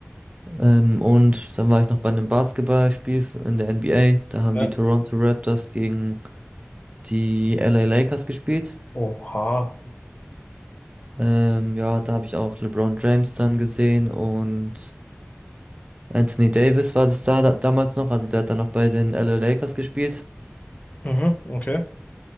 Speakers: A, on the right; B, on the left.
A: ähm, und dann war ich noch bei einem Basketballspiel in der NBA. Da haben
B: ne
A: die Toronto Raptors gegen die LA Lakers gespielt.
B: Oha.
A: Ähm, ja, da habe ich auch LeBron James dann gesehen und Anthony Davis war das da, da damals noch. Also der hat dann auch bei den LA Lakers gespielt.
B: Mhm, okay.